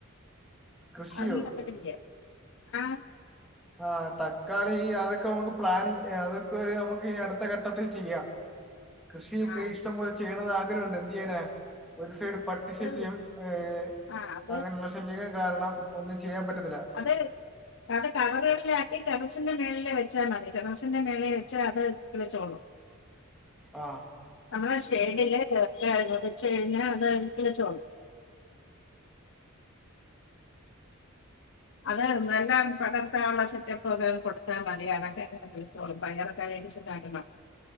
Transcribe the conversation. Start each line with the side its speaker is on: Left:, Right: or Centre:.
Centre: കൃഷിയോ
Left: അതൊന്നും നട്ടിട്ടില്ലിയെ ആഹ.
Centre: ആഹ തക്കാളി അതൊക്കെ നമുക്ക് പ്ലാനി അതൊക്കെ ഒരു നമു ക്ക് ഇ അടുത്ത ഘട്ടത്തിൽ ചെയ്യാം കൃഷിയൊക്കെ
Left: ആഹ്
Centre: ഇഷ്ട്ടം പോലെ ചെയ്യണന്ന് ആഗ്രഹുണ്ട് എന്ത് ചെയ്യാനാ. ഒരു സൈഡ് പട്ടി
Left: അത്
Centre: ശല്യം ഏ.
Left: ആഹ് അത്
Centre: അങ്ങനെയുള്ള ശല്യങ്ങൾ കാരണം ഒന്നും ചെയ്യാൻ പറ്റത്തില്ല.
Left: അതെ. അത് കവറുകളിലാക്കി ടെറസിന്റെ മേളി ല് വെച്ചാൽ മതി ടെറസിന്റെ മേലെ വെച്ചാ അത് കി ളിച്ചോളും.
Centre: ആഹ.
Left: നമ്മ ഷേഡിലക്കെ. വെച്ച് കഴിഞ്ഞഅത് എനിക്ക് ചോന്നാ അത് നല്ല പടർത്താ നു ള്ള സെറ്റപ്പ് ഒക്കെ കൊടുത്താൽ മതിഅതൊക്കെ അങ്ങ് കിളിർ. ത്തോളും പയറൊ ക്കെ വേ ടിച്ച് ന ടണം